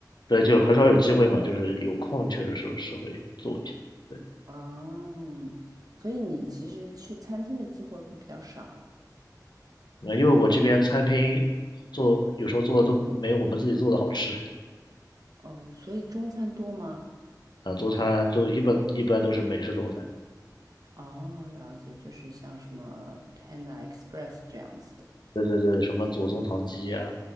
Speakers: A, on the left; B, on the right.
A: 对，就很少有机会嘛，就是有空确实是是会做一下，对，
B: 哦，所以你其实去餐厅的机会会比较少。
A: 呃因为我这边餐厅做有时候做的都没我们自己做的好吃
B: 哦，所以中餐多吗？
A: 啊，中餐都一般一般都是美式中餐，
B: 哦，了解，就是像什么 Panda Express 这样子的。
A: 对对对，什么左宗棠鸡呀、